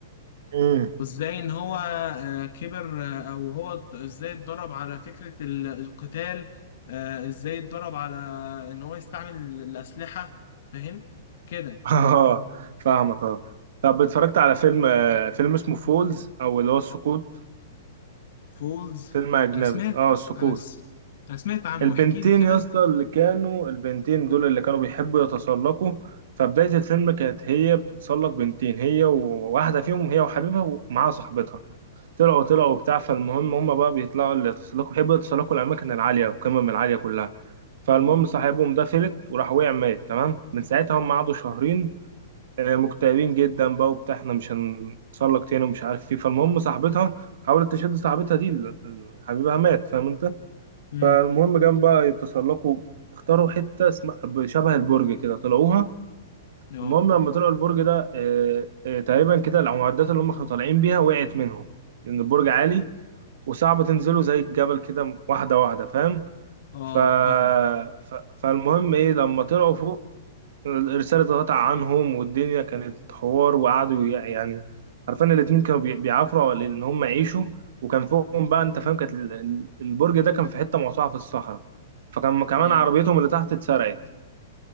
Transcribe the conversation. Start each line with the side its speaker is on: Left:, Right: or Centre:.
Right: مم.
Left: وازاي ان هو آه، كبر آه، او هو ات- ازاي اتدرب على فكرة ال- القتال آه، ازاي اتدرب على ان هو يستعمل ال- الأسلحة فاهم كده
Right: اه فاهمك اه طب اتفرجت على فيلم آه، فيلم اسمه فولز او اللي هو السقوط
Left: فولز
Right: فيلم اجنبي
Left: انا سمعت
Right: اه السقوط
Left: انا س... انا سمعت عنه
Right: البنتين
Left: احكي لي كده
Right: يا اسطى اللي كانوا البنتين دول اللي كانوا بيحبوا يتسلقوا فبداية الفيلم كانت هي بتتسلق بنتين هي وواحدة فيهم هي وحبيبها ومعاها صاحبتها طلعوا طلعوا بتاع فالمهم هم بقى بيطلعوا اللي يتسلقوا بيحبوا يتسلقوا الأماكن العالية والقمم العالية كلها فالمهم
Left: مم.
Right: صاحبهم ده فلت وراح وقع مات تمام من ساعتها هم قعدوا شهرين آه، مكتئبين جدا بقى وبتاع احنا مش هنتسلق تاني ومش عارف ايه فالمهم صاحبتها حاولت تشد صاحبتها دي ال- ال- حبيبها مات فاهم انت
Left: امم
Right: فالمهم جم بقى يتسلقوا اختاروا حتة اسمها شبه البرج كده طلعوها
Left: اه
Right: المهم لما طلعوا البرج ده آه، آه، تقريبا كده المعدات اللي هم كانوا طالعين بيها وقعت منهم لأن البرج عالي وصعب تنزله زي الجبل كده واحدة واحدة فاهم
Left: اه
Right: ف...
Left: فاهمة
Right: ف... فالمهم ايه لما طلعوا فوق الرسالة اتقطع عنهم والدنيا كانت حوار وقعدوا يع- يعني عارفين الاتنين كانوا بي- بيعافروا على ان هم يعيشوا وكان فوقهم بقى انت فاهم كانت ال- ال- البرج ده كان في حتة موسوعة في الصحراء فكان كمان
Left: اه
Right: عربيتهم اللي تحت اتسرقت